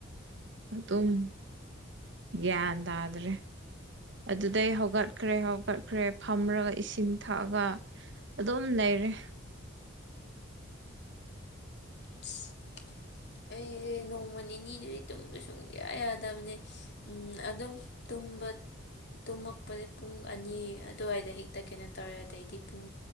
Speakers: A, on the right; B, on the left.
A: ꯑꯗꯨꯝ ꯒ꯭ꯌꯥꯟ ꯇꯥꯗ꯭ꯔꯦ ꯑꯗꯨꯗꯩ ꯍꯧꯒꯠꯈ꯭ꯔꯦ ꯍꯧꯒꯠꯈ꯭ꯔꯦ ꯐꯝꯔꯒ ꯏꯁꯤꯡ ꯊꯛꯑꯒ ꯑꯗꯨꯝ ꯂꯩꯔꯦ
B: ꯑꯁ ꯑꯩꯁꯦ ꯅꯣꯡꯃ ꯅꯤꯅꯤꯗꯨꯗꯤ ꯇꯨꯝꯕ ꯁꯨꯡꯌꯥ ꯌꯥꯗꯕꯅꯦ ꯑꯗꯨꯝ ꯇꯨꯝꯕ ꯇꯨꯝꯃꯛꯄꯁ ꯄꯨꯡ ꯑꯅꯤ ꯑꯗꯨꯋꯥꯏꯗ ꯍꯦꯛꯇ ꯀꯩꯅꯣ ꯇꯧꯔꯦ ꯑꯗꯩꯗꯤ ꯄꯨꯡ